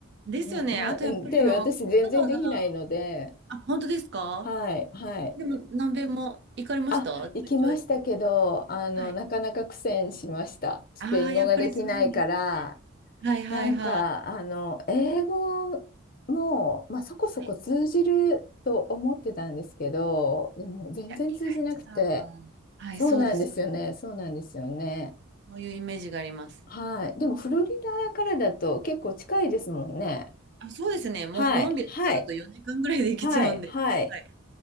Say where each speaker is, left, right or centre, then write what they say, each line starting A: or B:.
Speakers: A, on the right; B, on the left.
A: ですよね。
B: な、な、
A: あとやっぱりあの、
B: で、私全然できないので、
A: 言葉が、あ、本当ですか
B: はい、はい。
A: でも南米も行かれましたちょいちょい。
B: あ、行きましたけど、あの、
A: はい。
B: なかなか苦戦しました。スペイン語ができないから、
A: ああ、やっぱりそうなんですね。はいはいはい。
B: なんか、あの、英語も、まあ、そこそこ通じると思ってたんですけど、
A: はい。い
B: でも全然通じなくて、
A: や、意外と多分。はい、
B: そうなんですよね、
A: そうです。
B: そうなんですよね。
A: そういうイメージがあります。
B: はい。でも、フロリダからだと結構近いですもんね。
A: あ、そうですね。もうコロンビアとかだと4時間ぐらいで行けちゃうんで。
B: はい、はい、はい、はい。
A: はい。